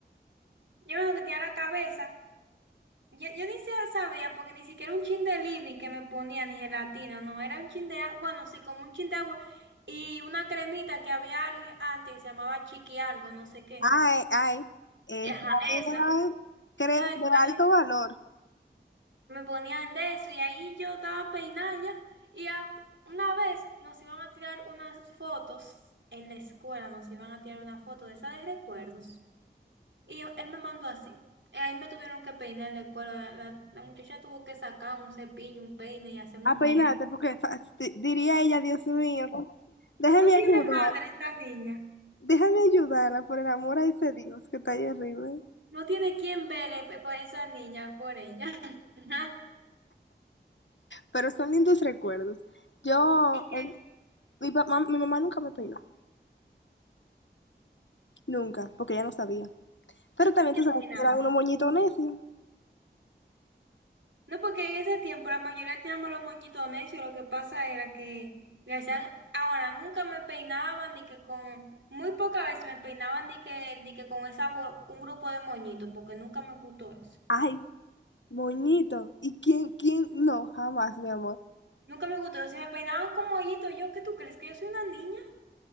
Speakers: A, on the right (about 90°); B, on the left (about 80°).
A: Yo me acuerdo que tenía la cabeza. Yo, yo ni siquiera sabía, porque ni siquiera un chin de living que me ponía, ni gelatina, no, era un chin de agua, bueno, sí, como un chin de agua y una cremita que había al- antes, que se llamaba chiqui algo, no sé qué.
B: Ay, ay, esa
A: Ajá,
B: era,
A: esa,
B: creo,
A: ¿tú sabes
B: de
A: cuál
B: alto
A: es?
B: valor.
A: Me ponían de eso y ahí yo estaba peinada ya y a- una vez nos iban a tirar unas fotos en la escuela, nos iban a tirar una foto de esa de recuerdos. Y yo- él me mandó así. Y ahí me tuvieron que peinar el cuero. La, la- la muchacha tuvo que sacar un cepillo, un peine y hacerme un
B: A
A: moñito.
B: peinarte, porque fa- di- diría ella, Dios mío, déjame
A: No tiene
B: ayudar,
A: madre esta niña.
B: déjame ayudarla por el amor a ese Dios que está ahí arriba.
A: No tiene quien vele pe- por esa niña, por ella. <laughs>
B: Pero son lindos recuerdos. Yo,
A: ¿Y que
B: el- Mi papá, mi mamá nunca me peinó, nunca, porque ella no sabía. Pero también
A: y que
B: tú sabes
A: terminaba?
B: que era uno moñito necio.
A: No, porque en ese tiempo la mayoría teníamos los moñitos necios. Lo que pasa era que le hacían. Ahora, nunca me peinaban, ni que con. Muy pocas veces me peinaban, ni que, ni que con esa, bo- un grupo de moñitos, porque nunca me gustó eso.
B: Ay, moñito. ¿Y quién, quién? No, jamás, mi amor.
A: Nunca me gustó. Si me peinaban como hoyito, yo, ¿qué tú crees? ¿Que yo soy una niña?